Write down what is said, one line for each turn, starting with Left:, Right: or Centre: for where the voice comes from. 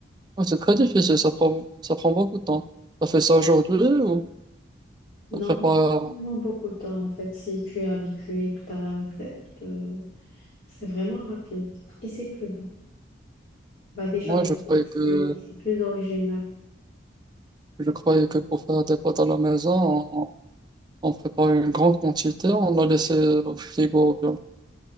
Right: Ouais, c'est très difficile, ça prend, ça prend beaucoup de temps. T'as fait ça aujourd'hui ou?
Left: Non,
Right: se prépare
Left: pas vraiment beaucoup de temps en fait. Si tu es habitué et que tu as la recette, euh, c'est vraiment rapide et c'est plus bon. Bah déjà,
Right: Moi,
Left: le
Right: je
Left: goût,
Right: croyais que,
Left: c'est c'est plus original.
Right: je croyais que pour faire des pâtes à la maison, on, on prépare une grande quantité, on la laisse au frigo. bien,